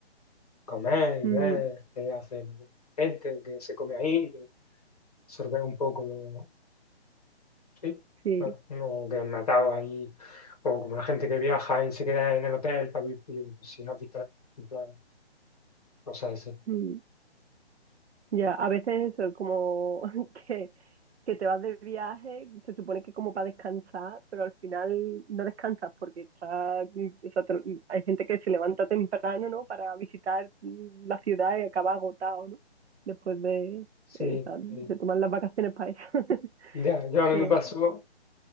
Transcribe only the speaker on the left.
comer y
ver qué hace gente, que se come ahí, que absorber un poco lo, sí,
no, no quedan atados ahí, o como la gente que viaja y se queda en el hotel para vivir, si no has visto, en plan, cosas así.
Sí,
sí.
Ya, yo a mí
me pasó,